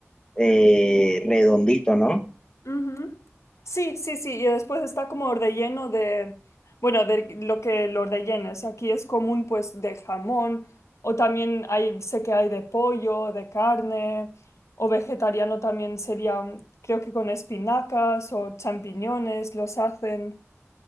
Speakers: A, on the left; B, on the left.
A: eh, redondito, ¿no?
B: Ujú. Sí, sí, sí, y después está como relleno de, bueno, de lo que lo rellenes. Aquí es común pues de jamón o también hay, sé que hay de pollo, de carne o vegetariano también sería, mm, creo que con espinacas o champiñones los hacen.